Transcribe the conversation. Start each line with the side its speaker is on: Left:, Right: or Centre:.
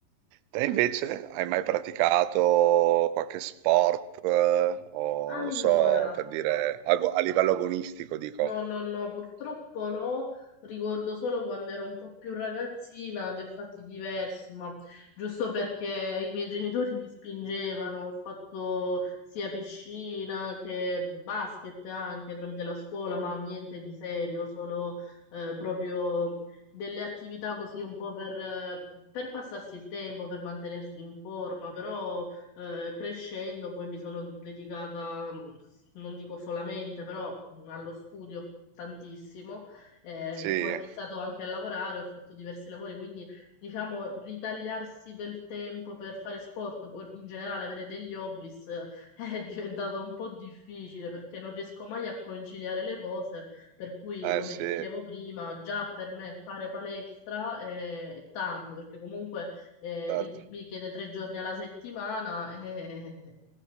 Right: Te invece hai mai praticato qualche sport, eh, o
Left: Allora,
Right: non lo so, per dire, ago- a livello agonistico, dico.
Left: No, no, no, purtroppo no, ricordo solo quando ero un po' più ragazzina di fatti diversi, ma giusto perché i miei genitori mi spingevano, ho fatto sia piscina che basket anche tramite la scuola, ma niente di serio, solo eh, proprio delle attività così un po' per, eh, per passarsi il tempo, per mantenersi in forma, però eh, crescendo poi mi sono dedicata, mh, non dico solamente, però mh, allo studio tantissimo, eh,
Right: Sì,
Left: poi ho iniziato anche a lavorare, ho fatto diversi lavori, quindi diciamo ritagliarsi del tempo per fare sport, o in generale avere degli hobbies <laughs> eh, è diventato un po' difficile perché non riesco mai a conciliare le cose, per cui come
Right: eh sì,
Left: ti dicevo prima, già per me fare palestra è, è tanto, perché comunque eh,
Right: certo.
Left: ri- mi chiede tre giorni alla settimana e-